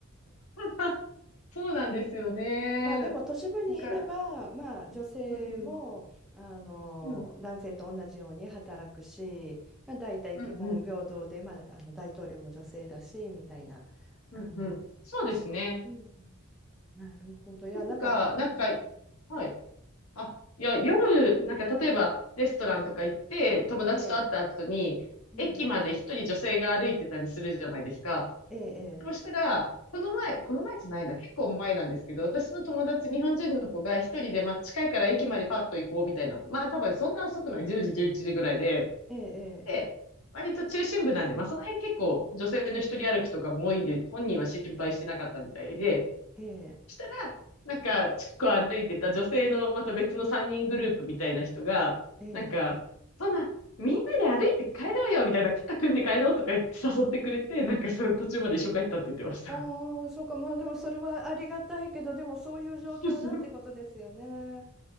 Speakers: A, on the left; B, in the centre.
A: <laughs> そうなんですよね。
B: まあでも都市部にいれば、
A: だから、
B: まあ女性も、
A: うん、
B: あの、
A: うん、
B: 男性と同じように働くし、まあ大体基本平等で、
A: うん、うん、
B: まあ、あの大統領も女性だし、みたいな、
A: うん、
B: あの、
A: うん。そうですね。
B: 都市、うん、なるほど。いや、
A: なんか、
B: なんか、
A: なんか、
B: うん、
A: はい。あ、いや、夜、
B: うん、
A: なんか例えばレストランとか行って、友達と会った後に、
B: ええ、うん、
A: 駅まで一人女性が歩いてたりするじゃないですか。
B: ええ、
A: そうしたら、この前、この前じゃないな、結構前なんですけど、私の友達、日本人の子が一人で、まあ近いから駅までパッと行こうみたいな。まあ多分そんな遅くない、10時、11時ぐらいで、
B: ええ、
A: で、割と中心部なんで、まあ、その辺結構女性の一人歩きとかも多いんで、本人は心配してなかったみたいで、
B: ええ、
A: したら、なんか、近くを歩いてた女性のまた別の3人グループみたいな人が、
B: ええ、ええ。
A: なんか、そんな、みんなで歩いて帰ろうよみたいな、肩組んで帰ろうとか言って誘ってくれて、なんかその途中まで一緒帰ったって言ってました。
B: ああ、そうか、まあでもそれはありがたいけど、でもそういう状況だってことですよね。
A: <laughs>